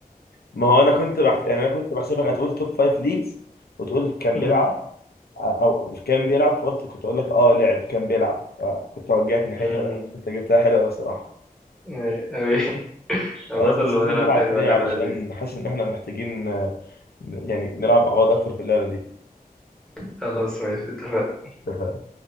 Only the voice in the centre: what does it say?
تاني
امم
اي أوي <laughs> عامة
لما
نلعب
تاني
بقى لعبة
لذيذة
خلاص ماشي اتفقنا